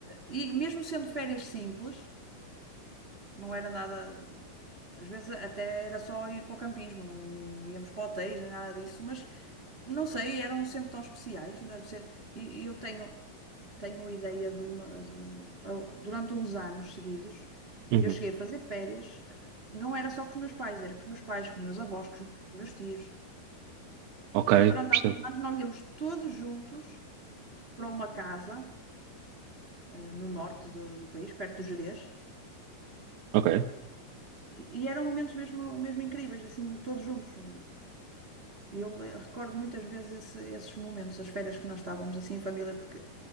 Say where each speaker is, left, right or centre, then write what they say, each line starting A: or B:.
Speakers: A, on the right; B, on the right.
A: e mesmo sendo férias simples, não era nada. Às vezes até era só ir para o campismo, não, não íamos para hotéis, nem nada disso, mas não sei, eram sempre tão especiais, não deve ser. E, e eu tenho, tenho ideia de uma. de- eu- durante uns anos seguidos,
B: uhum.
A: eu cheguei a fazer férias, eh, não era só com os meus pais, era com os meus pais, com os meus avós, com os meus tios.
B: Ok,
A: Então, durante
B: percebo.
A: alguns anos, nós íamos todos juntos para uma casa, eh, no norte do, do país, perto do Gerês.
B: Ok,
A: E, e eram momentos mesmo, mesmo incríveis, assim, todos juntos. eh, E eu le- recordo muitas vezes esse- esses momentos, as férias que nós estávamos assim em família, porque